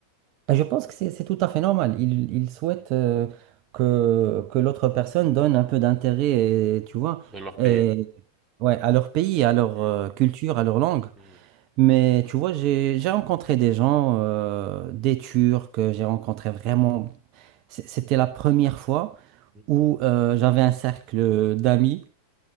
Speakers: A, on the right; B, on the right.
A: et je pense que c'est c'est tout à fait normal. Ils, ils souhaitent euh, que, que l'autre personne donne un peu d'intérêt, et, tu vois,
B: de leur
A: et,
B: payer
A: ouais, à leur pays, à leur
B: Mm,
A: euh, culture, à leur langue.
B: mm,
A: Mais tu vois, j'ai, j'ai rencontré des gens, euh, des Turcs, que j'ai rencontré vraiment... c- C'était la première fois
B: mm,
A: où euh, j'avais un cercle d'amis